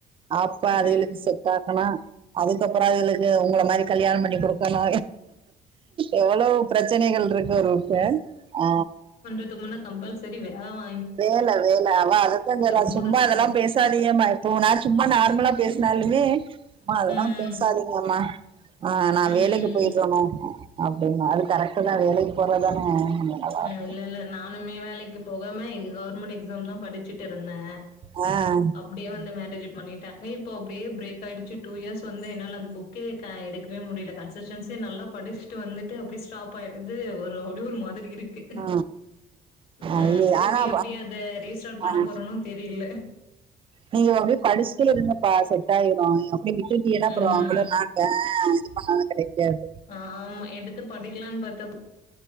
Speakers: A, on the right; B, on the left.
A: அப்ப
B: அ
A: அதுகளுக்கு செ ட்டாகணு அதுக்கப்புறோ அதுகளுக்கு உங்கள மாரி கல்யாணம் பண்ணி குடுக்கணு. எவ்வளவு பிரச்சனைகள் இருக்கு ஒருக்கு ஆ
B: த்துக்முன்ன கம்பல்செரி வேல வா
A: வேல வேல அவ அதத்தா சொல்றா
B: ரொம்ப
A: சும்மா
B: கஷ்டோ.
A: இதெல்லா பே சாதியம்மா இப்போ நா சும்மா நார்மலா பேசுனாலுமே மா அதெல்லாம்
B: ம்,
A: பேசாதீங்கம்மா ஆ நா
B: ம்.
A: வேலைக்கு போய்க்கணு. அப்டின்னா அது கரக்ட்டுதா வேலைக்கு போறத்தானே கொஞ்சோ நல்லாருக்கு.
B: ம் இல்ல, இல்ல. நானுமே வேலைக்கு போகாம இங்க கவுர்மெண்ட் எக்ஸாம் தா படிச்சுட்டு இருந்தே.
A: அ
B: ப்டியே வந்து மேரேஜ் பண்ணிட்டாங்க இப்போ அப்டியே பிரேக் ஆயிடுச்சு டூ இயர்ஸ் வந்து என்னால அந்த புக் கே க எடுக்வே முடில கன்சஸ்டன்சிய நல்லா படிச்சுட்டு வந்துட்டு அப்டி ஸ்டாப் ஆயிடுது ஒரு அப்டி ஒரு மாதிரி இருக்கு
A: ஆ
B: ம்
A: ஐய
B: திருப்பி
A: ஆனா
B: எப்டி அத ரீஸ்டார்ட் பண்ண
A: ஆ
B: போறன்னு தெரில
A: நீங்க அப்டியே படிச்டே இருங்கப்பா செட் ஆயிரு நீ விட்டுட்டீனா அப்றோ
B: ம்
A: அவ்ள நாள் இது பண்ணாலு கிடைக்காது
B: ஆமா எடுத்து படிக்கலான் பாத்தா